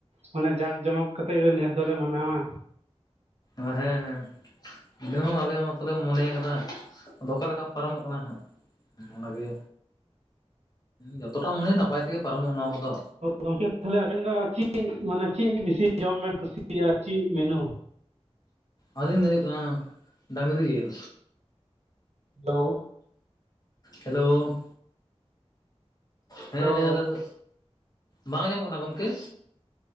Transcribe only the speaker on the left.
ᱚ ᱦᱮᱸ ᱦᱮᱸ ᱤᱱᱟ ᱦᱚᱸ ᱟᱞᱮ ᱦᱚᱸᱛᱚᱞᱮ ᱢᱚᱱᱮ ᱠᱟᱫᱟ ᱦᱟᱸᱜ ᱟᱫᱚ ᱚᱠᱟ ᱞᱮᱠᱟ ᱯᱟᱨᱚᱢᱚᱜ ᱠᱟᱱᱟ ᱦᱟᱸᱜ ᱚᱱᱟᱜᱮ ᱡᱚᱛᱚᱴᱟ ᱢᱚᱱᱮ ᱱᱟᱯᱟᱭ ᱛᱮᱜᱮ ᱯᱟᱨᱚᱢᱚᱜᱼᱟ ᱱᱚᱣᱟ ᱠᱚᱫᱚ
ᱟᱞᱤᱧ ᱫᱚ ᱦᱳᱭᱳᱜ ᱠᱟᱸ ᱰᱟᱝᱽᱨᱤ ᱡᱮᱞ
ᱦᱮᱞᱳ ᱦᱮᱸ
ᱦᱮᱸ ᱟᱞᱮ ᱫᱚ, ᱵᱟᱝ ᱟᱸᱡᱚᱢᱚᱜ ᱠᱟᱱᱟ ᱜᱚᱢᱠᱮ?